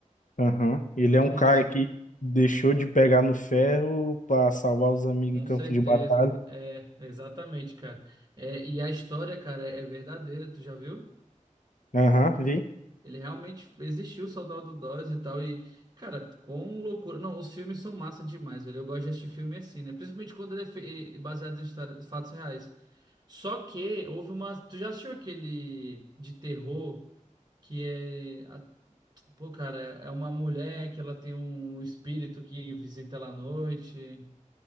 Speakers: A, on the left (about 70°); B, on the right (about 30°).
A: Aham. Ele
B: Muito
A: é um
B: massa.
A: cara que deixou de pegar no ferro pra salvar os amigos
B: Com
A: em campo
B: certeza.
A: de batalha.
B: É, exatamente, cara. É, e a história, cara, é verdadeira, tu já viu?
A: Aham, vi.
B: Ele realmente existiu, o Soldado Dose e tal. E, cara, com loucura. Não, os filmes são massa demais, velho. Eu gosto de assistir filme assim, né? Principalmente quando ele é fe- baseado em histórias- fatos reais. Só que houve uma. Tu já assistiu aquele de terror que é. a- Pô, cara, é é uma mulher que ela tem um espírito que visita ela à noite.